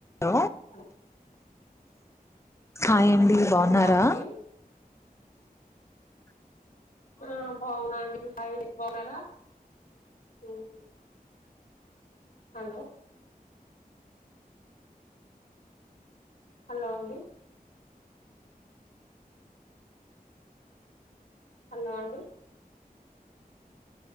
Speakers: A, on the left; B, on the left.
A: ఓ
B: హల్
A: హాయ్
B: వినపడుతుందా
A: యండి బాగున్నారా
B: అండి ఆ బావు నా నండి హాయ్ బాగునారా ఉమ్ హలో హలో అండి హలో అండి